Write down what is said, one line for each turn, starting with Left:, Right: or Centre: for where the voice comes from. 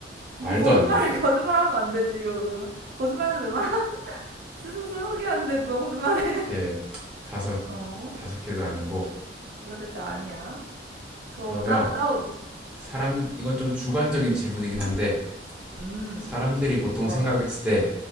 Right: 뭘
Centre: 말도
Right: 거짓말해.
Centre: 안 돼.
Right: <laughs> 거짓말하면 안 되지 이거는. 거짓말해도 되나? <laughs> 스승 스무개 하는데 누가 거짓말해?
Centre: 개 다섯
Right: <laughs> 어.
Centre: 다섯 개도 아니고
Right: 다섯 글자 아니야. 그거보다
Centre: 그러면
Right: 다운.
Centre: 사람 이건 좀 주관적인 질문이긴 한데
Right: 음.
Centre: 사람들이 보통
Right: 좋아.
Centre: 생각했을 때